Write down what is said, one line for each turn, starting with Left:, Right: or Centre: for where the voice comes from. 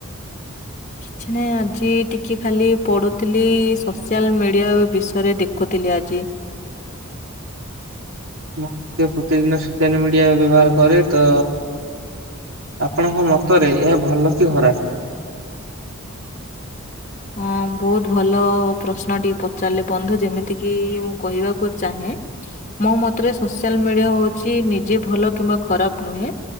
Left: କିଛି ନାଇଁ ଆଜି ଟିକେ ଖାଲି ପଢୁଥିଲି ସୋସିଆଲ ମିଡିଆ ବିଷୟରେ ଦେଖୁଥିଲି ଆଜି।
Right: ମୁଁ ପ୍ରତିଦିନ ସୋସିଆଲ ମିଡିଆ ବ୍ୟବହାର କରେ ତ ଆପଣଙ୍କ ମତରେ ଏହା ଭଲ କି ଖରାପ।
Left: ହଁ ବହୁତ ଭଲ ପ୍ରଶ୍ନ ଟିକେ ପଚାରିଲେ ବନ୍ଧୁ, ଯେମିତିକି ମୁଁ କହିବାକୁ ଚାହେଁ। ମୋ ମତରେ ସୋସିଆଲ ମିଡିଆ ହଉଛି ନିଜେ ଭଲ କିମ୍ବା ଖରାପ ନୁହେଁ।